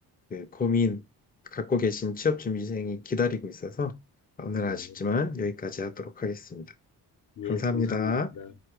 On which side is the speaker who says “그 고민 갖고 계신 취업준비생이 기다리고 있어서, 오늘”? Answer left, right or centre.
Left